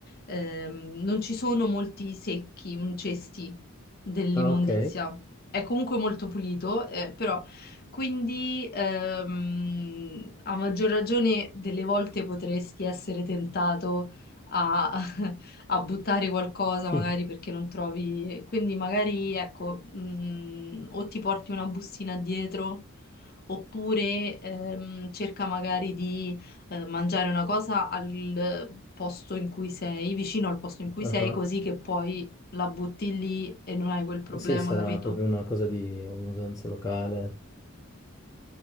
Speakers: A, on the left; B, on the left.
A: ehm, non ci sono molti secchi, mm, cesti dell'immondizia.
B: Ah, ok.
A: È comunque molto pulito, eh, però quindi ehm, a maggior ragione delle volte potresti essere tentato a <laughs> a buttare qualcosa magari
B: <laughs>
A: perché non trovi, quindi magari ecco, mh, o ti porti una bustina dietro oppure ehm, cerca magari di eh, mangiare una cosa al posto in cui sei, vicino al posto in cui
B: Ah,
A: sei, così che poi la butti lì e non hai quel problema,
B: ah. Sì, sarà
A: capito?
B: proprio una cosa di un'usanza locale.